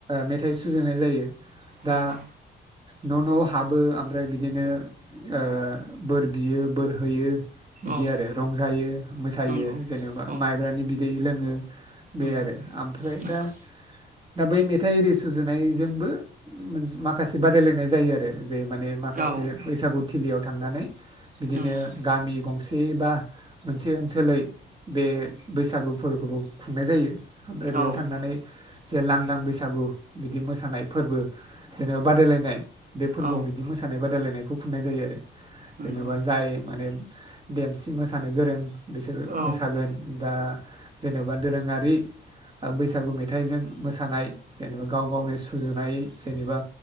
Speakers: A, on the right; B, on the right.
A: मेथाइ सुजुनाय जायो दा
B: नंगौ
A: न' न' हाबो ओमफ्राय बिदि बिदिनो ओ बोर बियो बोर होयो बिदि
B: औ
A: आरो रंजायो मोसायो
B: नंगौ
A: जेन'बा
B: औ
A: माइब्रानि बिदै लोङो बे
B: उम
A: आरो ओमफ्राय
B: नंगौ
A: दा दा बै मेथाइ आरि सुजुनायजोंबो माखासे बादायलायनाय जायो आरो जाय माने माखासे
B: औ
A: बैसागु थिलियाव थांनानै बिदिनो
B: नंगौ
A: गामि गंसे बा मोनसे ओनसोलै बे बैसागु फोरबोखौबो खुंनाय जायो ओमफ्राय बेयाव
B: औ
A: थांनानै जे लांदां बैसागु बिदि मोसानाय फोरबो जेनेबा बादायलायनाय बे फोरबोआव
B: औ
A: बिदि मोसा मोसानाय बादायलायनायखौ खुंनाय जायो आरो
B: नंगौ
A: जेनेबा जाय माने देमसि मोसानो गोरों बिसोर
B: औ
A: मोसागोन दा जेनेबा दोरोङारि बैसागु मेथाइजों मोसानाय जेनेबा गाव गावनि सुजुनाय जेनेबा